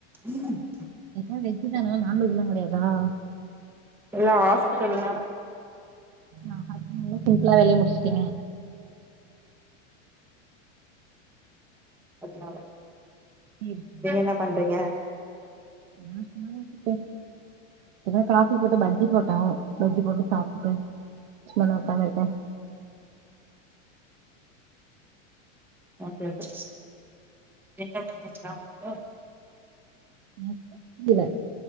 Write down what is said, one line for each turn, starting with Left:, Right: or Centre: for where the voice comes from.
Centre: ம்
Right: எல்லா வெஜ்ஜூதானா நான்வெஜ் கெடையாதா
Centre: எல்லா ஹாஸ்பிட்டல்ல வேற
Right: அ அதுக்குனு சிம்ப்ளா வேலைய முடிச்ட்டீங்க
Centre: அதுனால
Right: சேரி சேரி
Centre: நீங்க என்ன பண்றீங்க
Right: நா சும்மாதா சிஸ்டர் இப்பதா காஃபி போட்டு பஜ்ஜி போட்டோ பஜ்ஜி போட்டு சாப்ட்டோ சும்மாதா உக்காந்ருக்கோ
Centre: ஓகே ஓகேசிஸ்டர் டின்னர் முடிஞ்சுடுச்சா உங்ளுக்கு
Right: என்ன சிஸ்டர் புரியல